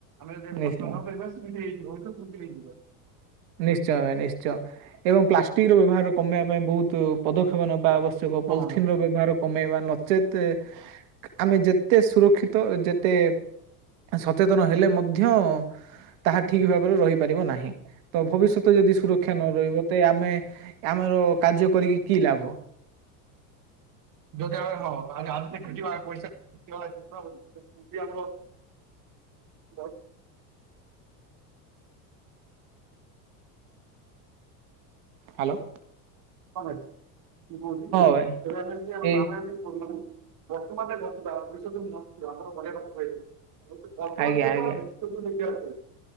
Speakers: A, on the right (about 45°); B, on the right (about 70°).
A: ଆମେ ଯଦି ଏବେ
B: ନିଶ୍ଚୟ
A: ସଞ୍ଚୟ ନ କରିବା ସେମିତି ବହୁତୁ <unintelligible> ନେଇ ଯିବା।
B: ନିଶ୍ଚୟ ଭାଇ ନିଶ୍ଚୟ ଏବଂ ପ୍ଲାଷ୍ଟିକ୍ ର ବ୍ୟବହାର କମେଇବା ପାଇଁ ବହୁତୁ ପଦକ୍ଷେପ ନବା ଆବଷ୍ ସେ କ-ପଲିଥିନ
A: ହଁ
B: ର ବ୍ୟବହାର କମେଇବା ନଚେତେ ଆମେ ଯେତେ ସୁରକ୍ଷିତ ଯେତେ ସଚେତନ ହେଲେ ମଧ୍ୟ ତାହା ଠିକ ଭାବରେ ରହିପାରିବ ନାହିଁ। ତ ଭବିଷ୍ୟତ ଯଦି ସୁରକ୍ଷା ନ ରହିବ ତେ ଆମେ ଆମର କାର୍ଯ୍ୟ କରିକି କି ଲାଭ।
A: ସୁରକ୍ଷା କଲେ କଣ ହବ <unintelligible> ପଇସା <inaudible> ଆମର ବ
B: ହାଲୋ।
A: କଣ ଖାଇଚ? <unintelligible> ବର୍ତ୍ତମାନ
B: ଭାଇ
A: ଏ
B: ଏଇ
A: ଗଛଟା <unintelligible> ବଢିଆ କଥା କହିଥିଲୁ। ତ ସେ ବର୍ତ୍ତମାନ
B: ଆଜ୍ଞା
A: ସହିତ
B: ଆଜ୍ଞା।
A: <unintelligible>